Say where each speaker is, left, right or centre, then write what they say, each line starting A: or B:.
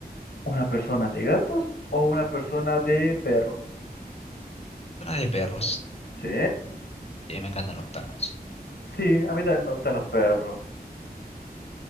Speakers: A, on the left; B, on the left.
A: ¿Una persona de gatos o una persona de perros?
B: zona de perros.
A: Sí.
B: Y a mí me encantan los perros.
A: Sí, a mí también me gustan los perros.